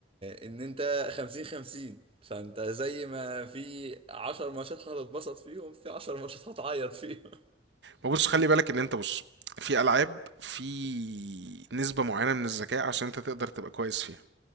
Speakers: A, on the right; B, on the right.
A: ان انت خمسين خمسين فانت زي ما في عشر ماتشات هتتبسط فيهم في عشر ماتشات هتعيط فيهم
B: ما بص خلي بالك ان انت بص في العاب في نسبه معينه من الذكاء عشان انت تقدر تبقى كويس فيها